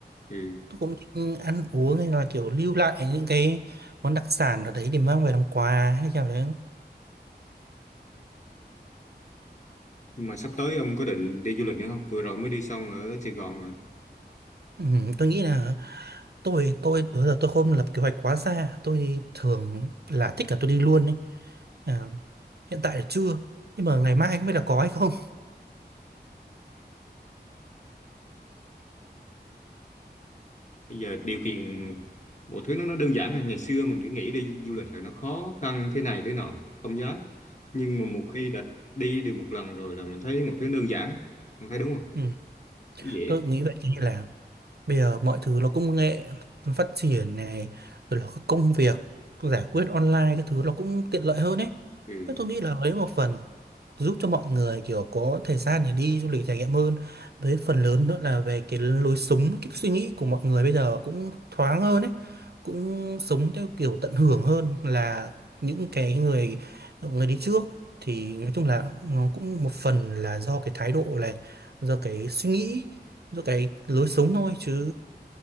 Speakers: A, on the left; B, on the right.
A: ừ.
B: Tôi cũng thích ăn uống hay là kiểu lưu lại những cái món đặc sản ở đấy để mang về làm quà hay là kiểu đấy.
A: nhưng mà sắp tới ông có định đi du lịch nữa không vừa rồi mới đi xong ở Sài Gòn mà
B: Ừ, tôi nghĩ là tôi tôi đó giờ tôi không lập kế hoạch quá xa tôi thì thường là thích là tôi đi luôn ấy à, hiện tại là chưa nhưng mà ngày mai không biết là có hay không
A: bây giờ điều kiện mọi thứ nó nó đơn giản rồi. ngày xưa mình cứ nghĩ đi du lịch là nó khó khăn thế này thế nọ không dám nhưng mà một khi đã đi được một lần rồi là mình thấy mọi thứ đơn giản ông thấy đúng không
B: ừ,
A: dễ
B: tôi nghĩ vậy như
A: ừ.
B: là bây giờ mọi thứ nó công nghệ nó phát triển này rồi là các công việc giải quyết online các thứ nó cũng tiện lợi hơn ấy
A: Ừ.
B: Thế tôi nghĩ là lấy một phần giúp cho mọi người kiểu có thời gian để đi du lịch trải nghiệm hơn với phần lớn nữa là về cái lối sống cái suy nghĩ của mọi người bây giờ cũng thoáng hơn ấy cũng sống theo kiểu tận hưởng hơn là những cái người người đi trước thì nói chung là nó cũng một phần là do cái thái độ này do cái suy nghĩ do cái lối sống thôi chứ